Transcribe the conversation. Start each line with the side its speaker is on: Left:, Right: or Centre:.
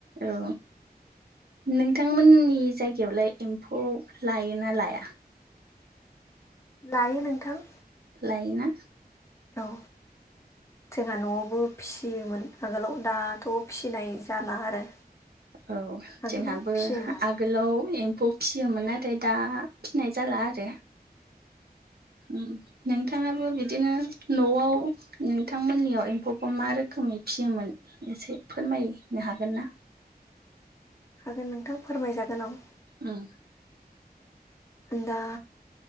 Right: औ। नोंथांमोननि जायगायावलाय एम्फौ लायो ना लाया
Left: लायो नोंथां।
Right: लायोना?
Left: औ जोंहा न'आवबो फिसियोमोन आगोलाव दाथ' फिसिनाय जाला आरो
Right: औ
Left: आगोलाव
Right: जोंहाबो
Left: फिसियोमोन
Right: आगोलाव एम्फौ फिसियोमोन नाथाय दा फिनाय जाला आरो ओम नोंथाङाबो बिदिनो न'आव नोंथांमोननियाव एम्फौखौ मा रोखोमै फियोमोन एसे फोरमायनो हागोन ना
Left: हागोन नोंथां फोरमायजागोन औ
Right: ओम।
Left: दा